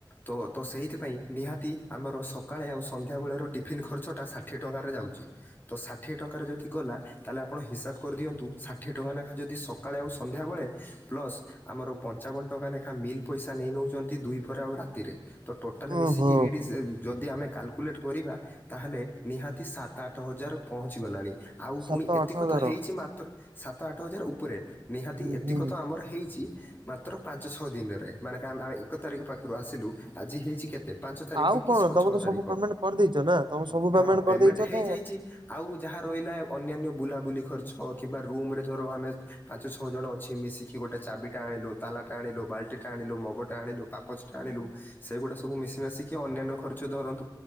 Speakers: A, on the left; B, on the right.
A: ତ ତ ସେଇଥିପାଇଁ ନିହାତି ଆମର ସକାଳେ ଆଉ ସନ୍ଧ୍ୟାବେଳର ଟିଫିନ୍ ଖର୍ଚ୍ଚଟା ଷାଠିଏ ଟଙ୍କାରେ ଯାଉଛି। ତ ଷାଠିଏ ଟଙ୍କାର ଯଦି ଗଲା ତାହେଲେ ଆପଣ ହିସାବ କରିଦିଅନ୍ତୁ ଷା ଠିଏ ଟଙ୍କାନାଖା ଯଦି ସକାଳେ ଆଉ ସନ୍ଧ୍ୟାବେଳେ ପ୍ଲସ୍ ଆମର ପଞ୍ଚାବନ ଟଙ୍କା ନେଖାଁ ମିଲ୍ ପଇସା ନେଇ ନେଉଛନ୍ତି ଦୁଇ ପରେ ଆଉ ରାତିରେ। ତ ଟୋଟାଲ ମିଶିକି
B: ଓହୋ
A: ଏଇଟି ଯଦି ଆମେ କାଲ କୁଲେଟ୍ କରିବା ତାହେଲେ ନିହାତି ସାତ ଆଠ ହଜାର ପହଞ୍ଚିଗଲାଣି। ଆଉ
B: ସାତ
A: ପୁଣି ଏତିକ
B: ଆଠ ହଜାର
A: ତ ହେଇଛି ମାତ୍ର ସାତ ଆଠ ହଜାର ଉପରେ। ନିହାତି
B: ହୁଁ
A: ଏତିକ
B: ହୁଁ
A: ତ ଆମର ହେଇଛି ମାତ୍ର ପାଞ୍ଚ ଛଅ ଦିନରେ ମାନେ କା ଆମେ ଆ ଏକ ତାରିଖ ପାଖରୁ ଆସିଲୁ ଆଜି ହେଇଛି କେ ତେ ପାଞ୍ଚ ତାରିଖ
B: ଆଉ କଣ
A: କି ଛଅ
B: ତମେ ତ
A: ତାରିଖ
B: ସବୁ ପେମେଣ୍ଟ କରିଦେଇଛ ନା ତମେ ସବୁ
A: ହଁ
B: କରିଦେଇଛ
A: ପେମେଣ୍ଟ ହେଇଯାଇଛି।
B: ତ
A: ଆଉ ଯାହା ରହିଲା ଅନ୍ୟାନ୍ୟ ବୁଲାବୁଲି ଖର୍ଚ୍ଚ କିମ୍ବା ରୁମ୍ ରେ ଧର ଆମେ ପାଞ୍ଚ ଛଅ ଜଣ ଅଛି ମିଶିକି ଗୋଟେ ଚାବିଟା ଆଣିଲୁ ତାଲା ଟା ଆଣିଲୁ ବାଲ ଟିଟା ଆଣିଲୁ, ମଗଟା ଆଣିଲୁ, ପାପଚଟା ଆଣିଲୁ, ସେଇଗୁଡ଼ା ସବୁ ମିଶି ମାଶିକି ଅନ୍ୟାନ୍ୟ ଖର୍ଚ୍ଚ ଧରନ୍ତୁ